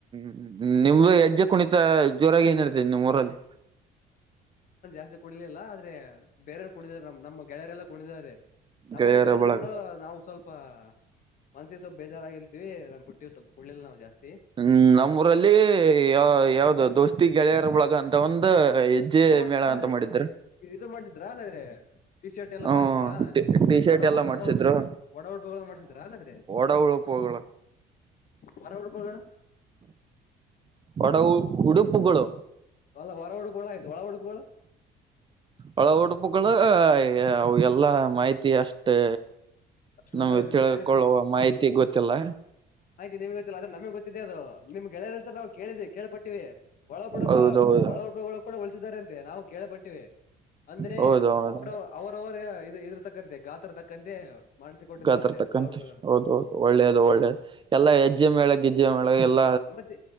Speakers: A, on the right; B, on the left.
A: ್ಮ ನಿಮ್್ದು ಹೆಜ್ಜೆ ಕುಣಿತ ಜೋರಾಗಿ ಏನ್ ಹಡ್ತೇ ನಿಮ್ಮ್ ಊರಲ್ಲಿ
B: ತಿ ಕುಡಿಲಿಲ್ಲ ಆದ್ರೆ ಬೇರೆಯವರು ಕುಡಿದಿದ್ದಾರೆ ನಮ್ ನಮ್ಮ ಗೆಳರೆಲ್ಲಾ ಕುಡಿದಿದ್ದಾರೆ ನಮ್ಮನ್ನು
A: ಗೆಳೆಯರ
B: ಕರೆದ್ರೆ
A: ಬಳಗ
B: ಬಿಡು ನಾವು ಸ್ವಲ್ಪ ಸ್ವಪ ಮನ್ಸಿಗೆ ಸ್ವಪ ಬೇಜಾರಾಗಿರ್ತೀವಿ ನಾನ್ ಬಿುಟ್ಟೀ್ ಸ್ವಲ್ಪ ಕುಳ್ಳಿಲ್ ನಾವು ಜಾಸ್ತಿ
A: ಹ್ಮ್ ನಮ್ಮ ಊರಲ್ಲಿ ಯಾವ ಯಾವ್ದ ದೋಸ್ತಿ ಗೆಳೆಯರ ಒಳಗ ಅಂತ ಒಂದು ಹೆಜ್ಜೆ
B: ಓ
A: ಮೇಳ
B: ಅಂದ್ರೆ
A: ಅಂತ ಮಾಡಿದ್ರ
B: ಇದು ಮಾಡ್ಸಿದ್ರ ಹಾಗಾದ್ರೆ ಟಿ ಶರ್ಟ್ ಎಲ್ಲ
A: ಹ್ಮ್
B: ಮಾಡ್ಸಿದ್ರಾ ಇದು
A: ಟಿ ಶರ್ಟ್
B: ಒಡ
A: ಎಲ್ಲಾ ಮಾಡ್ಸಿದ್ರು
B: ಉಡುಪು ಒಡ ಉಡುಪು ಮಾಡ್ಸಿದ್ರ ಆದ್ರೆ
A: ಳೋ
B: ಹರ ಎಡ ಪ್ರೋಗಡ
A: ಒಡ ಉಡುಪುಗಳು
B: ಅಲ್ಲ ಹೊರ ಉಡುಪುಗಳು ಆಯ್ತು ಒಳ ಉಡುಪುಗಳು
A: ಒಳ ಉಡುಪುಗಳು ಅವ ಎಲ್ಲಾ ಮಾಹಿತಿ ಅಷ್ಟೇ
B: ಅಷ್ಟು ಗೊತ್ತಿಲ್ಲ
A: ನಮ್ಗೆ
B: ನಿಮ್ಗೆ
A: ತಿಳ್ಕೊಳ್ಳುವ ಮಾಹಿತಿ ಗೊತ್ತಿಲ್ಲ
B: ಆಯ್ತಿಮಗೆೊತ್ತಿಲ್ಲ ಅ್ರ ನಮಗ್ ಗೊತ್ತಿದೆ ಅದು ನಿಮ್ ಗೆಳೆಯರ ಹಂತ ನಾವು ಕೇಳಿದ್ದವಿ ಕಳ್ಪಟ್ಟಿವವಿ ಒಳ ಪಡೆ
A: ಹೌದೌದು
B: ಕೂಡ ಒಳ ಕೂಡ ಉಳಸಿದಿದ್ದಾರೆ ಅಂತೆ ನಾವು ಕೇಳ ಪಟ್ಟಿವೆ ಅಂದ್ರೆ
A: ಹೌದೌದು
B: ಅವ್ರ ಅವರವ್ರ ಇದ್ರ ತಕ್ಕಂತೆ ಗಾತ್ರರ್ ತಕ್ಕಂತೆ ಮಾಡಿಸಿಕೊಟ್ಟಿದ್ದಾರಂತೆ
A: ಗಾತ್ರ ತಕ್ಕಂತೆ
B: ಒಳಪಡಗಳನ್ನು
A: ಹೌದು ಹೌದು ಒಳ್ಳೇದು ಒಳ್ಳೇದು ಎಲ್ಲ ಹೆಜ್ಜೆ ಮೇಳ ಗಿಜ್ಜೆ ಮೇಳ ಎಲ್ಲ
B: ಮತ್ತೆ